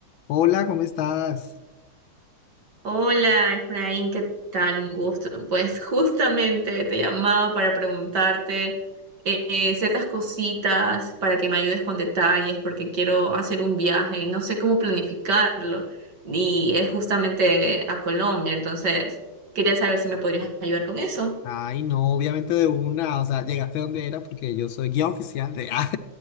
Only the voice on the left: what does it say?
Hola, ¿cómo estás?
Ay, no, obviamente de una, o sea, llegaste donde era porque yo soy guía oficial de <laughs> ah,